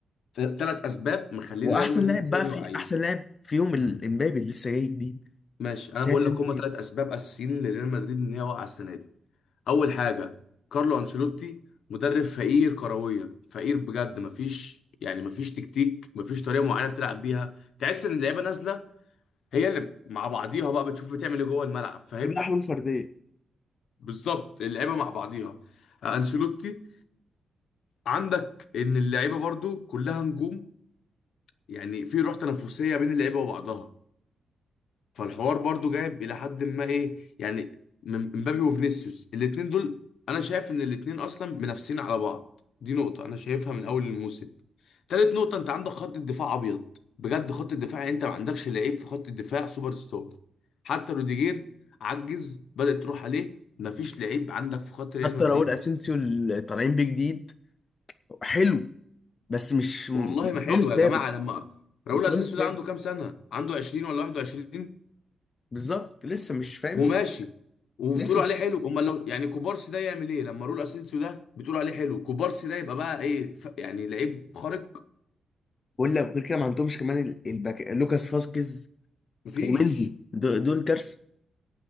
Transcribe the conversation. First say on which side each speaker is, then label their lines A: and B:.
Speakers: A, on the left; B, on the left.
A: ثلاث اسباب مخلين
B: واحسن
A: ريال مدريد
B: لاعب
A: السنه
B: بقى
A: دي
B: في
A: واقعين
B: احسن لاعب فيهم الامبابي اللي لسه جاي جديد
A: ماشي انا
B: شايف
A: بقول
B: انت
A: لك هما
B: ايه؟
A: ثلاث اسباب اساسيين لريال مدريد ان هي واقعه السنه دي اول حاجه كارلو انشيلوتي مدرب فقير كرويا فقير بجد مفيش يعني مفيش تكتيك مفيش طريقه معينه بتلعب بيها تحس ان اللعيبه نازله هي اللي مع بعضيها بقى بتشوف بتعمل ايه جوه الملعب فاهم
B: كلها حلول فرديه
A: بالظبط اللعيبه مع بعضيها آه، انشيلوتي عندك ان اللعيبه برضو كلها نجوم يعني في روح تنافسيه بين اللعيبه وبعضها فالحوار برضو جايب الى حد ما ايه يعني من مبابي وفينيسيوس الاتنين دول انا شايف ان الاتنين اصلا منافسين على بعض دي نقطة انا شايفها من اول الموسم تالت نقطة انت عندك خط الدفاع ابيض بجد خط الدفاع يعني انت ما عندكش لعيب في خط الدفاع سوبر ستار حتى روديجير عجز بدأت تروح عليه مفيش لعيب عندك في خط ريال
B: حتى
A: مدريد
B: راؤول اسينسيو
A: اصلا
B: اللي طالعين بيه جديد حلو بس مش مستواه
A: والله ما حلو
B: مش ثابت
A: يا جماعة لما راؤول
B: مستواه
A: اسينسيو
B: مش ثابت
A: ده عنده كام سنة عنده 20 ولا 21
B: بالظبط لسه مش فاهم
A: وماشي وبتقولوا
B: لسه مش
A: عليه حلو امال لو يعني كوبارسي ده يعمل ايه لما رول اسينسيو ده بتقولوا عليه حلو كوبارسي ده يبقى بقى ايه ف... يعني لعيب خارق
B: ولا غير كده ما عندهمش كمان ال- الباك لوكاس فاسكيز
A: مفيش
B: ومندي دو- دول كارثه